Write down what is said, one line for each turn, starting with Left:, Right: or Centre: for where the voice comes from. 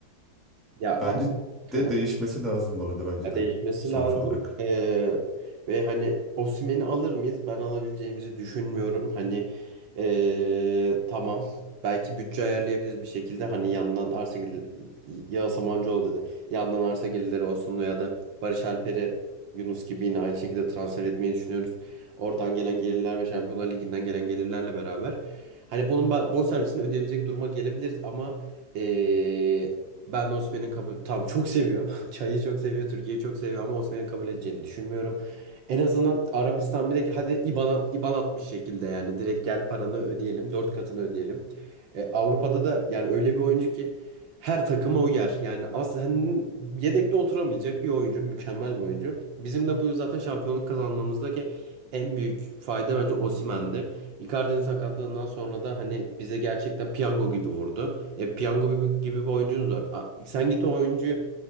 Right: Ya
Centre: Bence
Right: ama <laughs>
Centre: de değişmesi lazım bu arada bence
Right: Ya
Centre: de
Right: Değişmesi
Centre: sonuç
Right: lazım.
Centre: olarak.
Right: Ee, ve hani Osimhen'i alır mıyız? Ben alabileceğimizi düşünmüyorum. Hani ee, tamam. Belki bütçe ayarlayabiliriz bir şekilde. Hani yandan arsa gelirleri ya Samancıoğlu dedi. Yandan arsa gelirleri olsun veya da Barış Alper'i Yunus gibi yine aynı şekilde transfer etmeyi düşünüyoruz. Oradan gelen gelirler ve Şampiyonlar Ligi'nden gelen gelirlerle beraber. Hani bunun ba- bonservisini ödeyebilecek duruma gelebiliriz ama ee, ben Osimhen'in kabul... Tamam çok seviyor. <laughs> Çayı çok seviyor. Türkiye'yi çok seviyor ama Osimhen'in kabul edeceğini düşünmüyorum. En azından Arabistan bile hadi IBAN, IBAN atmış şekilde yani direkt gel paranı ödeyelim dört katını ödeyelim. E, Avrupa'da da yani öyle bir oyuncu ki her takıma uyar. Yani aslında yedekte oturamayacak bir oyuncu mükemmel bir oyuncu. Bizim de bu yıl zaten şampiyonluk kazanmamızdaki en büyük fayda bence Osimhen'di. Icardi'nin sakatlığından sonra da hani bize gerçekten piyango gibi vurdu. E, piyango gibi, gibi bir oyuncunuz var. A- sen git o oyuncuyu